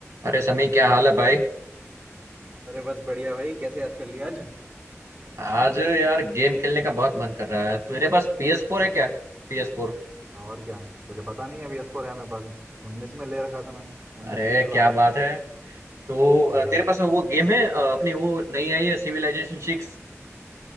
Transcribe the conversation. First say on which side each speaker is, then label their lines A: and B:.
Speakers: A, on the right; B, on the right.
A: अरे समी क्या हाल है भाई
B: अरे बस बढ़िया भाई कैसे याद कर लिया आज
A: आज यार गेम खेलने का बहुत मन कर रहा है तेरे पास PS4 फोर है क्या PS4 फोर
B: और क्या तुझे पता नहीं है बी एस फोर है मेरे पास उन्नीस में ले रखा था मैंने उन्नीस
A: अरे
B: से चला
A: क्या
B: रहा
A: बात
B: हूँ
A: है तो अ,
B: हाँ
A: तेरे पास वो गेम है अ, अपनी वो नई आई है सिविलाइजेशन सिक्स